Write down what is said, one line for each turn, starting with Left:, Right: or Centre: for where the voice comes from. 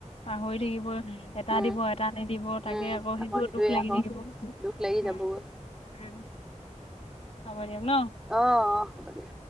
Left: পাহৰি থাকিব এটা
Centre: উম
Left: দিব এটা নিদিব তাকে
Centre: উম
Left: আকৌ সেইটো
Centre: সেইটোৱে
Left: দুখ লাগি
Centre: আকৌ
Left: থাকিব।
Centre: দুখ লাগি
Left: উম
Centre: যাবগৈ।
Left: উম হ'ব দিয়ক ন'।
Centre: অ', অ', হ'ব দিয়া।